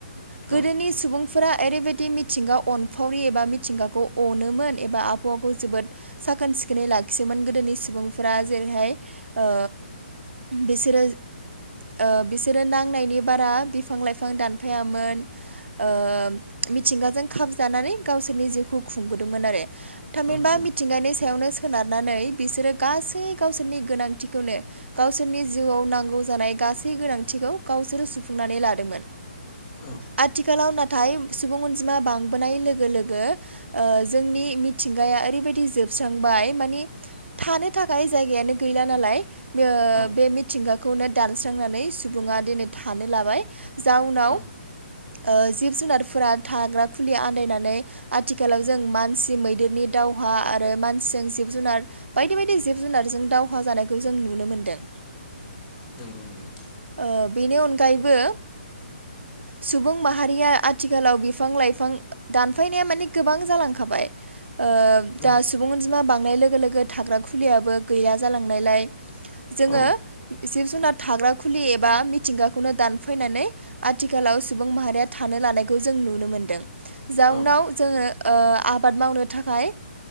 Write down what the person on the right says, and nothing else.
गोदोनि
सुबुंफोरा ओरैबायदि मिथिंगा अनफावरि एबा मिथिंगाखौ अनोमोन एबा आबहावाखौ जोबोद साखोन सिखोनै लाखियोमोन गोदोनि सुबुंफोरा जेरैहाय ओ बेसोरो ओ बिसोरो नांनायनि बारा बिफां लाइफां दानफायामोन। ओ मिथिंगाजों खाबजानानै गावसोरनि जिउखौ खुंबोदोंमोन आरो। थामहिनबा
मिथिंगानि सायावनो सोनारनानै बिसोरो गासै गावसोरनि गोनांथिखौनो गावसोरनि जिउआव नांगौ जानाय गासै गोनांथिखौ गावसोर सुफुंनानै लादोंमोन।
आथिखालाव नाथाय सुबुं अनजिमा बांबोनाय लोगो लोगो ओ जोंनि मिथिंगाया ओरैबायदि जोबस्रांबाय माने थानो थाखाय जायगायानो गैला नालाय ओ
बे मिथिंगाखौनो दानस्रांनानै सुबुङा दिनै थानो लाबाय। जाउनाव
ओ जिब जुनारफोरा थाग्रा खुलि आन्दायनानै आथिखालाव जों मानसि मैदेरनि दावहा आरो मानसिजों जिब जुनार बायदि बायदि जिब जुनारजों दावहा जानायखौ जों नुनो मोनदों।
ओ बेनि अनगायैबो सुबुं माहारिया आथिखालाव बिफां लाइफां दानफायनाया माने गोबां जालांखाबाय ओ
दा सुबुं अनजिमा बांनाय लोगो लोगो थाग्रा खुलियाबो गैया जालांनायलाय जोङो
जिब जुनार थाग्रा खुलि एबा मिथिंगाखौनो दानफायनानै आथिखालाव सुबुं माहारिया थानो लानायखौ जों नुनो मोनदों जाउनाव
जोङो ओ आबाद मावनो थाखाय